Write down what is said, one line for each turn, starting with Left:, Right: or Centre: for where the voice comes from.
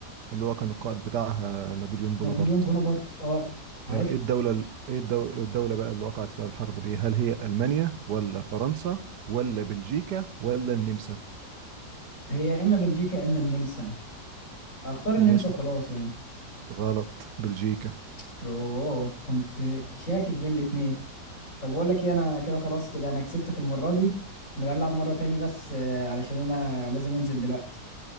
Right: اللي هو كان القائد بتاعها نابليون
Left: نابليون
Right: بونابرت
Left: بونابرت اه عارف
Right: آه، ايه الدولة ال- ايه الدو- الدولة بقى اللي وقعت فيها الحرب دي هل هي ألمانيا ولا فرنسا ولا بلجيكا ولا النمسا
Left: هي يا إما بلجيكا يا إما النمسا أختار النمسا
Right: ماشي
Left: وخلاص يعني
Right: غلط بلجيكا
Left: يوه كنت شاكك بين الاتنين طب بقول لك ايه أنا كده خلاص كده أنا كسبتك المرة دي نبقى نلعب مرة تاني بس آه، علشان أنا لازم أنزل دلوقتي